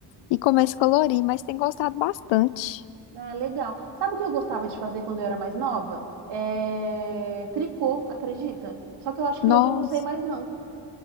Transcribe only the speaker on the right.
Ah, legal. Sabe o que eu gostava de fazer quando eu era mais nova? É... Tricô, acredita? Só que eu acho que
hoje eu não sei mais, não.